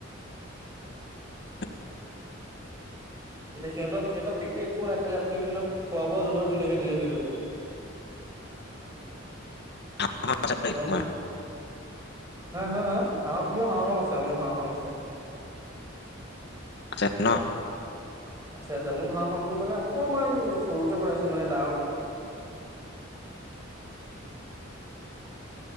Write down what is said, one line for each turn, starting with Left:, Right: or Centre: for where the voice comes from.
Left: <inaudible>
Right: তেতিয়া সিহঁতক সিহঁতক বিশেষ একো নাই খালি আপুনি সিহঁতক খোৱা বোৱা যোগাৰ ধুনীয়াকে দিলেই হৈ যাব।
Left: <inaudible> মানুহ আছে টুটেল
Right: গম
Left: কিমান?
Right: পাই হা হা হা হাঁহ মোৰ হাঁহ কাম আছে। অ' মোৰ হাঁহ কাম আছে।
Left: ছে ন
Right: আছে আছে মোৰ হাঁহ ফামটো মানে অকমান সৰুকে বনাই আছোঁ মানে ডাঙৰকে